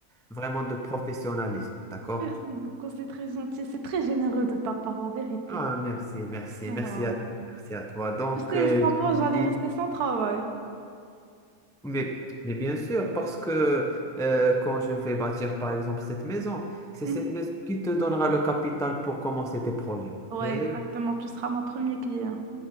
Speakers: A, in the centre; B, on the right.
A: vraiment de professionnalisme, d'accord?
B: Merci beaucoup, c'est très gentil, c'est très généreux de ta part, la vérité.
A: Ah, merci, merci,
B: Voilà.
A: merci à toi, merci à toi. Donc,
B: Tu sais,
A: euh,
B: sans toi,
A: je te
B: j'allais
A: dis
B: rester sans travail.
A: Mais, mais bien sûr, parce que euh, quand je vais bâtir, par exemple, cette maison, c'est
B: Mhm.
A: cette maison qui te donnera le capital pour commencer tes projets.
B: Ouais,
A: Eh
B: exactement,
A: oui,
B: tu seras mon premier client.